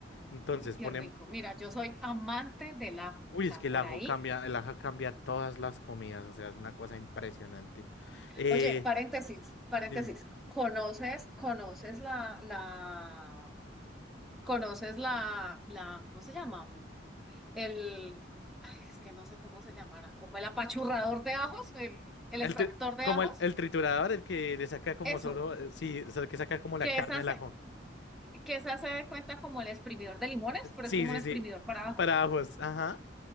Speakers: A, on the left; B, in the centre.
A: Entonces,
B: Uy, qué
A: ponem-
B: rico. Mira, yo soy amante del ajo. O
A: Uy,
B: sea,
A: es que
B: por
A: el ajo
B: ahí.
A: cambia, el ajo cambia todas las comidas, o sea, es una cosa impresionante. Eh,
B: Oye, paréntesis, paréntesis.
A: dime,
B: ¿Conoces, conoces la, la, conoces la, la, ¿cómo se llama? el, ay, es que no sé cómo se llamará, como el apachurrador de ajos, el, el
A: el
B: extractor
A: tri-
B: de
A: como
B: ajos,
A: el, el triturador, el que le saca como
B: eso,
A: solo, eh, sí, o sea, el que saca como la
B: que
A: carne
B: esa,
A: del
B: se-
A: ajo.
B: que esa se dé cuenta como el exprimidor de limones,
A: Eh,
B: pero
A: Sí,
B: es como
A: sí,
B: un exprimidor
A: sí,
B: para ajos.
A: para ajos, ajá.